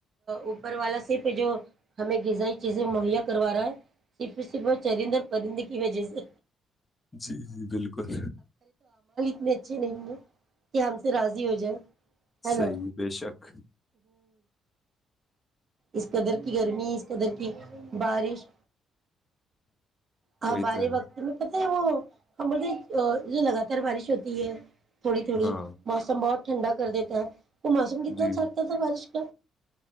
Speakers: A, on the right; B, on the left.
A: اوپر والا صرف جو ہمیں غذائی چیزیں مہیا کروا رہا ہے صف ص بہ چرند اور پرند کی وجہ سے
B: جی جی بالکل
A: انے اچھے نہیں ہیں کہ ہم سے راضی ہو جائے ہے نا
B: صحیح بے شک
A: اس قدر کی گھر می اس قدر کی بارش ہمارے
B: وہی تو ہے نا
A: وقت میں وہ ہم بولتے یہ لگاتار بارش ہوتی ہے تھوڑی تھوڑی
B: ہاں
A: موسم بہت ٹھنڈا کر دیتا ہے وہ موسم کتنا
B: جی
A: اچھاگتا تھا بارش <inaudible>